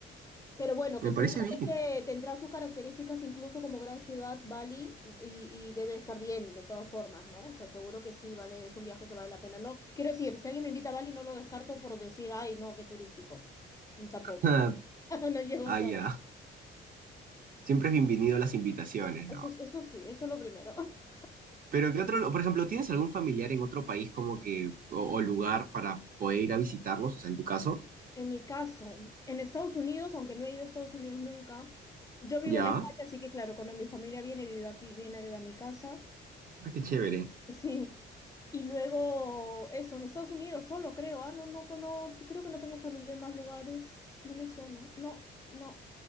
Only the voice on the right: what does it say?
Me
parece bien.
<laughs>
Ah,
ya. Siempre es bienvenido a las invitaciones,
¿no?
Pero ¿qué otro, por ejemplo, tienes algún familiar en otro país como que, o, o lugar para poder ir a visitarlos? O sea, en tu caso,
ya.
Ah, qué chévere.